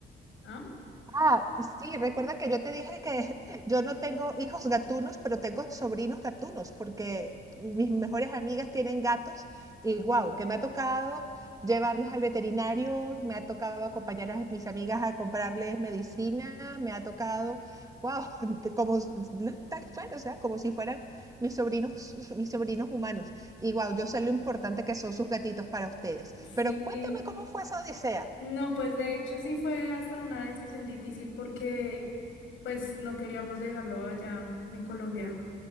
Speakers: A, on the left (about 80°); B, on the right (about 15°).
A: ¿Ah?
B: Ah, sí, recuerda que yo te dije que <laughs> yo no tengo hijos gatunos, pero tengo sobrinos gatunos, porque mis mejores amigas tienen gatos y wow,
A: Sí.
B: que me ha tocado llevarlos al veterinario, me ha tocado acompañar a mis amigas a comprarles medicina, me ha tocado, wow, <laughs> como s- no, tal cual, o sea, como si fueran mis sobrinos, <laughs> mis sobrinos humanos. Y wow, yo sé lo importante que son sus gatitos para ustedes.
A: Sí,
B: Pero cuéntame cómo fue esa odisea.
A: no, pues de hecho sí fue hasta una decisión difícil porque pues no queríamos dejarlo allá en Colombia